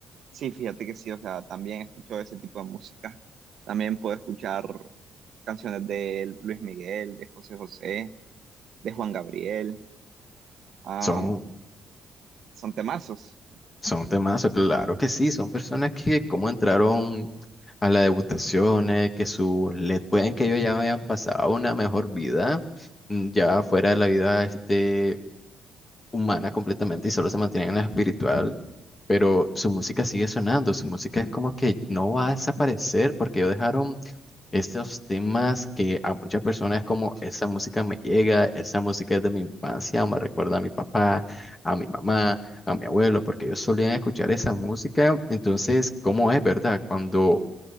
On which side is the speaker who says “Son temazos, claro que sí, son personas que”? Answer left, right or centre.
Left